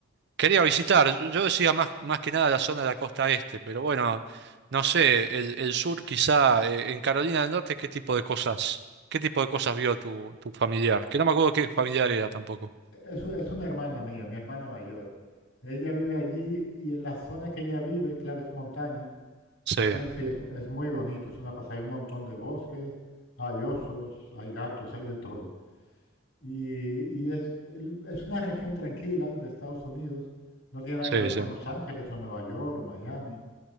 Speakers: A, on the right; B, on the left.
A: Quería visitar, yo decía más, más que nada la zona de la costa este, pero bueno, no sé, el, el sur quizá, eh, en Carolina del Norte, ¿qué tipo de cosas, qué tipo de cosas vio tu, tu familiar? Que no me acuerdo qué familiar era tampoco.
B: Es, u- es una hermana mía, mi hermana mayor. Ella vive allí y en la zona que ella vive, claro, es montaña.
A: Sí,
B: Entonces sí, es, es muy bonito, es una pasada, hay un montón de bosques, hay osos, hay gatos, hay de todo. Y, y es, el- es una región tranquila de Estados Unidos, no tiene nada
A: sí,
B: que ver
A: sí.
B: con Los Ángeles o Nueva York o Miami,